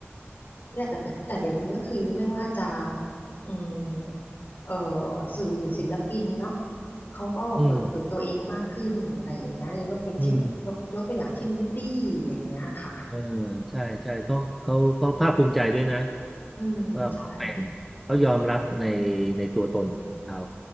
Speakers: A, on the left (about 50°); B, in the centre.
A: เนี่ยแต่แต่แต่เดี๋ยวนี้ก็คือไม่ว่าจะอืมเอ่อสื่อศิลปินเนาะเขาก็เปิดเผยตัวเองมากขึ้นอะไรอย่างเงี้ยยกเป็นเช่นยกยกตัวอย่างเช่นวูดดี้อย่างเงี้ยค่ะ
B: อืมอืม เออใช่ใช่เขาเขาเขาภาคภูมิใจด้วยนะ
A: อืมใช่
B: ว่าเขาเป็นเขายอมรับในในตัวตนของเขา